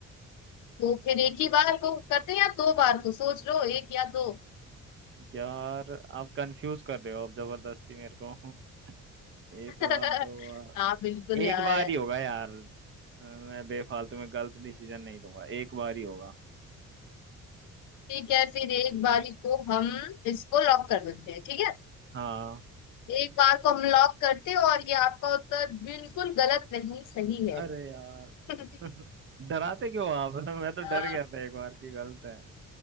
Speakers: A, on the left; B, on the right.
A: तो फिर एक ही बार को करते हैं या दो बार को सोच लो एक या दो
B: यार आप कंफ्यूज कर रहे हो अब जबरदस्ती मेरे को <laughs> एक
A: <laughs>
B: बार दो बार,
A: हाँ बिल्कुल
B: एक
A: यार
B: बार ही होगा यार अ, मैं बेफालतू में गलत डिसीजन नहीं लूंगा एक बार ही होगा
A: ठीक है फिर एक बारी को हम इसको लॉक कर देते हैं ठीक है
B: हाँ
A: एक बार को हम लॉक करते हैं और ये आपका उत्तर बिल्कुल गलत नहीं सही है
B: अरे यार
A: <laughs>
B: <laughs> डराते क्यों आप <laughs> मैं तो
A: आ,
B: डर गया था एक बार की गलत है